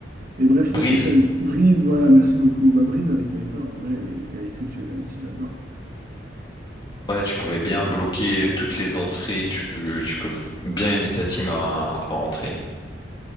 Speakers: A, on the right; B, on the left.
A: Et bref,
B: Brise.
A: moi, celle-ci avec Brise, voilà, merci beaucoup. Bah, Brise avec Viper, en vrai, elle est, elle est exceptionnelle aussi, j'adore.
B: Ouais, tu pouvais bien bloquer toutes les entrées, tu peux, tu peux bien aider ta team à, à rentrer.